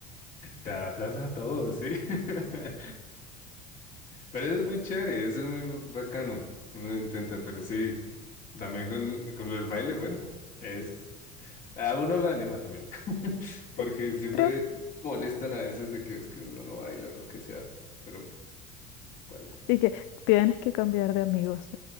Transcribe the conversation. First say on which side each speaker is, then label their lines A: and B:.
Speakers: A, on the left; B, on the left.
A: Te adaptas a todo, sí. <laughs> Pero eso es muy chévere, eso es muy bacano. Uno intenta, pero sí. También con, con el baile, bueno, es... A uno lo anima también, <laughs> porque
B: Sí,
A: siempre
B: Creo.
A: molestan a veces de que es que uno no baila o lo que sea, pero... ¿cuál?
B: Y que tienes que cambiar de amigos.